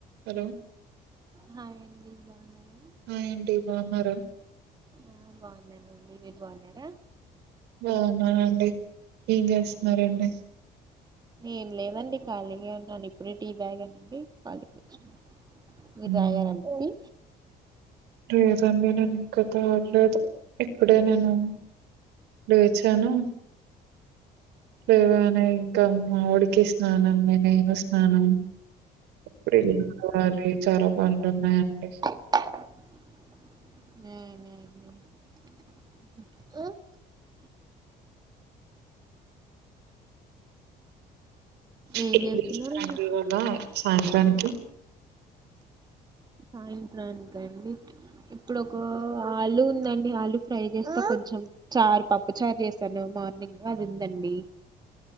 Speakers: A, on the right (about 80°); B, on the right (about 25°).
A: Hello
B: hi అండి బాగున్నారా
A: ఆ ఏంటి బావున్నారా
B: ఆ బాగున్నానండి మీరు బాగున్నారా
A: బాగున్నానండి ఏం చేస్తున్నారండి
B: ఏం లేదండి ఖాళీగే ఉన్నాను ఇప్పుడే టీ తాగాను అండి ఖాళీ కూర్చున్నాను మీరు
A: ఉమ్,
B: తాగారండి టీ
A: లేదండి నేను ఇంకా తాగలేదు ఇప్పుడే నేను లేచాను లేవనే ఇంకా మావోడికి స్నానం మీ నేను స్నానం గుడ్ ఈవినింగ్ మ్యామ్ పన్లు ఉన్నాయండి
B: హ్మ్మ్ మ్మ్ మ్మ్ ఏం
A: <inaudible>
B: చేస్తున్నారండి
A: సాయంత్రానికి
B: ఆ ఇట్లా అంతే అండి ఇప్పుడు ఒక ఆలు ఉందండి ఆలు ఫ్రై చేస్తా కొంచెం చారు పప్పు చారు చేసాను మార్నింగ్ అది ఉందండి